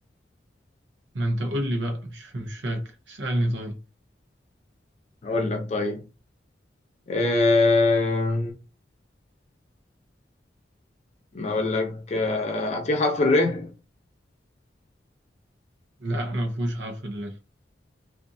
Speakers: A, on the right; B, on the left.
A: ما أنت قول لي بقى مش مش فاكر اسألني طيب
B: هقول لك طيب آه ما اقول لك آه، في حرف الر
A: لا ما فيهوش حرف اللام